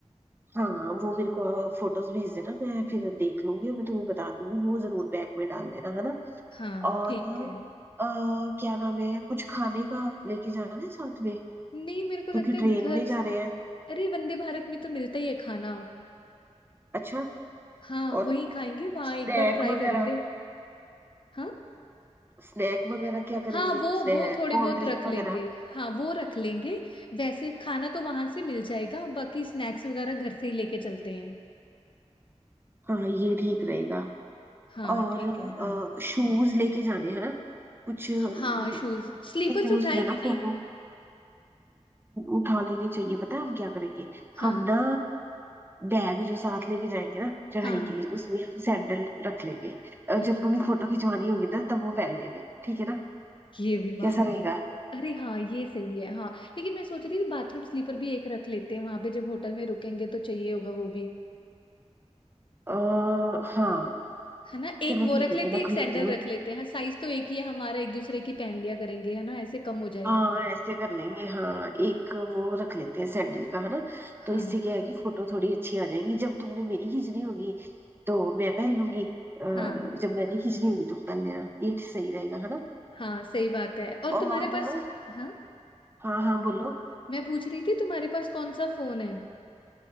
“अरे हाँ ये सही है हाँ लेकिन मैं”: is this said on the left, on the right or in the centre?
Left